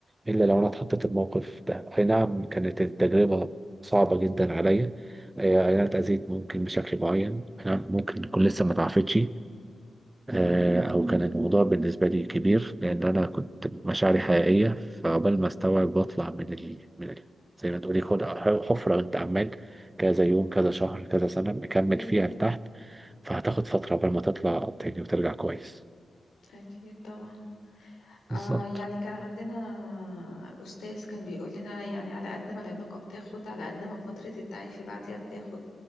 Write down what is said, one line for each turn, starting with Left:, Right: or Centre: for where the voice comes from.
Right: الا لو انا اتحطيت الموقف ده اي نعم كانت التجربه صعبه جدا عليا اي أي نعم اتاذيت ممكن بشكل معين أي نعم ممكن تكون لسه ما اتعافتش آه، او كان الموضوع بالنسبه لي كبير لان انا كنت مشاعري حقيقيه فعقبال ما استوعب بطلع من ال... من ال... زي ما تقولي خد حفره انت عمال كذا يوم كذا شهر كذا سنه مكمل
Left: أكيد
Right: فيها لتحت فهتاخد فتره عقبال ما تطلع تاني وترجع كويس
Left: أكيد طبعا
Right: بالظبط
Left: آه يعني كان عندنا أستاذ كان بيقول لنا يعني على قد ما العلاقة بتاخد على قد ما فترة التعافي بعدها بتاخد